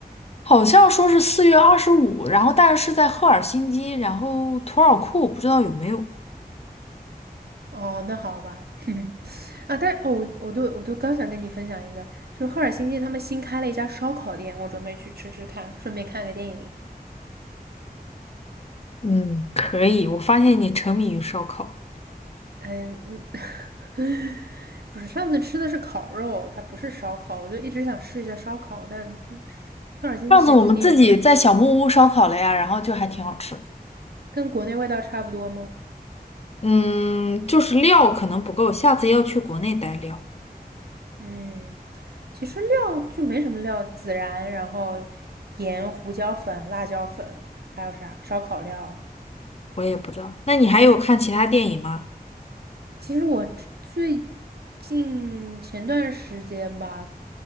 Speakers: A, on the left (about 40°); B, on the right (about 75°).
A: 好像说是四月二十五，然后但是是在赫尔辛基，然后图尔库，不知道有没有。
B: 哦，那好吧。啊，但哦，我我都我都刚想跟你分享一个，就是赫尔辛基他们新开了一家烧烤店，我准备去吃吃看，顺便看个电影。
A: 嗯，可以，我发现你沉迷于烧烤。
B: 嗯嗯，<laughs> 不是，上次吃的是烤肉，它不是烧烤，我就一直想试一下烧烤，但赫尔辛基其实之前有一家，
A: 上次我们自己在小木屋烧烤了呀，然后就还挺好吃的
B: 跟国内味道差不多吗？
A: 嗯，就是料可能不够，下次要去国内带料。
B: 嗯，其实料就没什么料，孜然，然后盐、胡椒粉、辣椒粉，还有啥烧烤料，
A: 我也不知道，那你还有看其他电影吗？
B: 其实我最近前段时间吧，